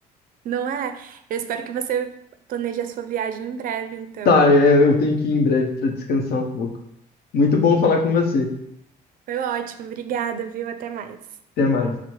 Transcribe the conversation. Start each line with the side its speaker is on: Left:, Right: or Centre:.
Right: Não é? Eu espero que você planeje a sua viagem em breve, então.
Left: Tá, é, eu tenho que ir em breve para descansar um pouco. Muito bom falar com você.
Right: Foi ótimo, obrigada, viu? Até mais.
Left: Até mais.